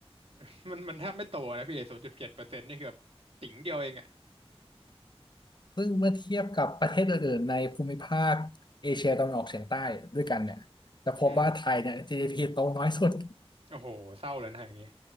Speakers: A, on the right; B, on the left.
A: <laughs> มันมันแทบไม่โตนะพี่ศูนย์จุดเจ็ดเปอร์เซ็นต์นี่คือแบบติ๋งเดียวเองอ่ะ
B: ซึ่งเมื่อเทียบกับประเทศอื่นๆในภูมิภาคเอเชียตะวันออกเฉียงใต้ด้วยกันเนี่ยจะพบว่าไทยเนี่ย
A: อืม
B: GDP โตน้อยสุด
A: โอ้โหเศร้าแล้วนะอย่างงี้